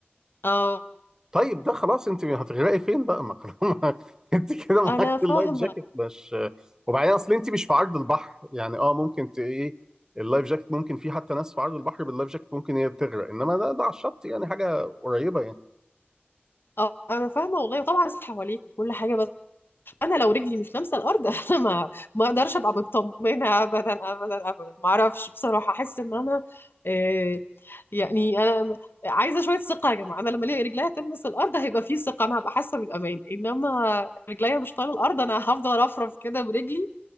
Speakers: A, on the left; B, on the right.
A: اه
B: طيب ده خلاص انت هتغرقي فين بقى ما خلاص ما- <laughs> انت كده
A: انا
B: معاك
A: فاهمه
B: اللايف جاكيت مش وبعدين اصل انت مش في عرض البحر يعني اه ممكن ت ايه اللايف جاكيت ممكن في حتى ناس في عرض البحر باللايف جاكيت ممكن هي تغرق انما ده ده على الشط يعني حاجة قريبة يعني
A: اه انا فاهمه والله طبعا حواليك وكل حاجه بس انا لو رجلي مش لامسه الارض <laughs> انا ما ما اقدرش ابقى مطمنه ابدا ابدا ابدا ما اعرفش بصراحه احس ان انا آه، يعني انا عايزه شويه ثقه يا جماعه انا لما الاقي رجليا تلمس الارض هيبقى في ثقه انا هبقى حاسه بالامان انما رجليا مش طايله الارض انا هفضل ارفرف كده برجلي